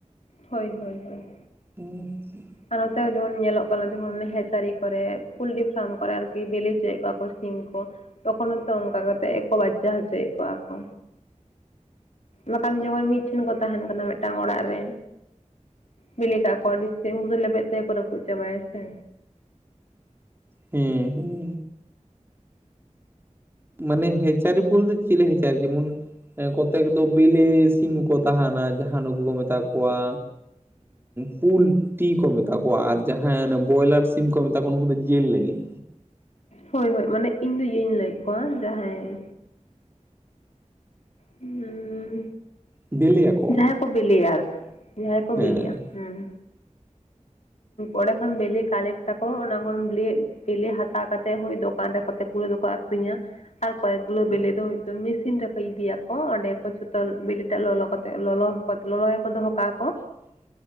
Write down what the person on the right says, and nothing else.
<unintelligible>
ᱦᱮᱸ ᱦᱮᱸ, ᱢᱟᱱᱮ ᱦᱮᱸᱪᱟᱨᱤ ᱵᱚᱞᱛᱮ ᱪᱮᱞᱮ ᱦᱮᱸᱪᱟᱨᱤ ᱡᱮᱢᱚᱱ? ᱠᱚᱛᱮᱠ ᱫᱚ ᱵᱮᱞᱮ ᱥᱤᱢ ᱦᱚᱸᱠᱚ ᱛᱟᱦᱮᱱᱟ ᱡᱟᱦᱟᱸ ᱱᱩᱠᱩ ᱠᱚ ᱢᱮᱛᱟ ᱠᱚᱣᱟ, ᱯᱩᱞ ᱴᱤ ᱠᱚ ᱢᱮᱛᱟ ᱠᱚᱣᱟ ᱟᱨ ᱡᱟᱦᱟᱸ ᱵᱚᱭᱞᱟᱴ ᱥᱤᱢ ᱠᱚ ᱢᱮᱛᱟ ᱠᱚᱣᱟ ᱩᱱᱩᱠᱩ ᱫᱚ ᱡᱮᱞ ᱞᱟᱹᱜᱤᱫ।
ᱵᱮᱞᱮᱭᱟᱠᱚ
ᱦᱮᱸ
<unintelligible>